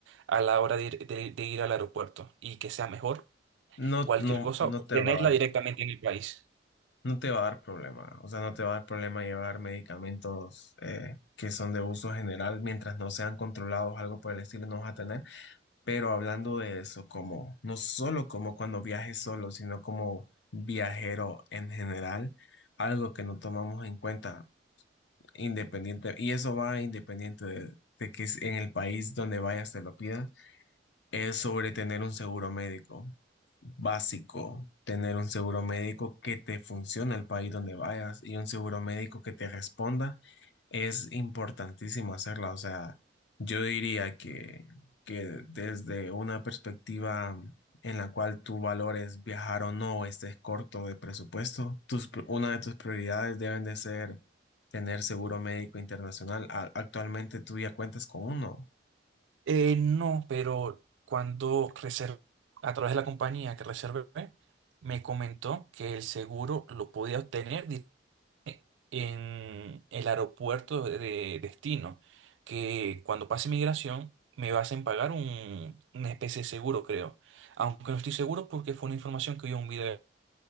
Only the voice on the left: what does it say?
No,
no,
no te
va a dar,
no te va a dar problema. O sea, no te va a dar problema llevar medicamentos eh, que son de uso general mientras no sean controlados, algo por el estilo, no vas a tener. Pero hablando de eso, como no solo como cuando viajes solo, sino como viajero en general, algo que no tomamos en cuenta, independiente, y eso va independiente de, de que es- en el país donde vayas te lo pidas, es sobre tener un seguro médico básico, tener un seguro médico que te funcione el país donde vayas y un seguro médico que te responda es importantísimo hacerla, o sea, yo diría que, que desde una perspectiva en la cual tú valores viajar o no, o estés corto de presupuesto, tus, pr- una de tus prioridades deben de ser tener seguro médico internacional. A- actualmente tú ya cuentas con uno.